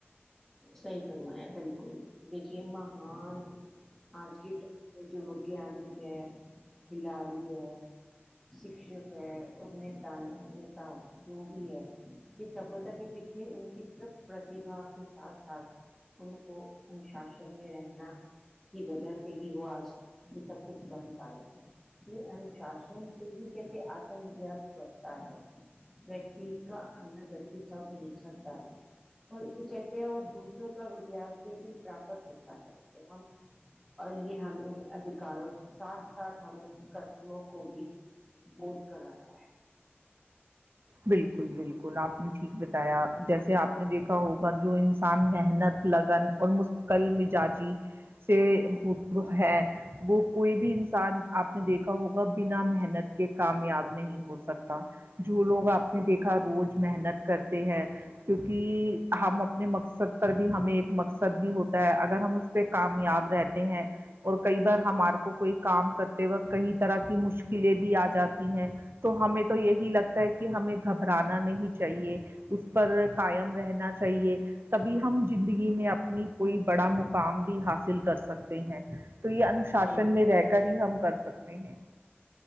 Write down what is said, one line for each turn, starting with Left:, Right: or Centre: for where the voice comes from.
Centre: صحیح فرمایا بالکل دیکھیے مہان آج کے ٹائم جو وگیانک ہے کھلاڑی ہے شکشک ہے اور نتایں نیتاؤ جو بھی ہے یے سفلتا کے پیچھے ان کی طرف پرتبا کے ساتھ ساتھ ان کو انوشاسن میں رہنا کی وجہ سے ہی وہ آج یے سب کچھ بن پائے ہیں انوشاسن سے ہی کیسے آتم ویاس کرتا ہے کا اندر ویکتی تب نکھرتا ہے اور یے کہتے ہیں اور دوسر روں کا وگس سے بھی پراپت ہوتا ہے ہم اور یہ ہمیں ادھیکاروں کے ساتھ ساتھ ہمیں کرتووں کو بھی بود کر اتا ہے
Right: بالکل بالکل آپ نے ٹھیک بتایا جیسے آپ نے دیکھا ہوگا جو انسان محنت لگن اور مستقل مزاجی سے ہے وہ کوئی بھی انسان آپ نے دیکھا ہوگا بنا محنت کے کامیاب نہیں ہو سکتا جو لوگ اپنے دیکھا روز محنت کرتے ہیں کیونکی ہم اپنے مقصد پر بھی ہمیں ایک مقصد بھی ہوتا ہے اگر ہم اس پے کامیاب رہتے ہیں اور کئی بار ہمارے کو کوئی کام کرتے وقت کئی طرح کی مشکلیں بھی آ جاتی ہیں تو ہمیں تو یہی لگتا ہے کی کہ ہمیں گھبرانا نہیں چاہیے اس پر قائم رہنا چاہیے تبھی ہم زندگی میں اپنی کوئی بڑا مقام بھی حاصل کر سکتے ہیں تو یے انوشاسن
Centre: صحیح
Right: میں رہ کر ہی ہم کر سکتے ہیں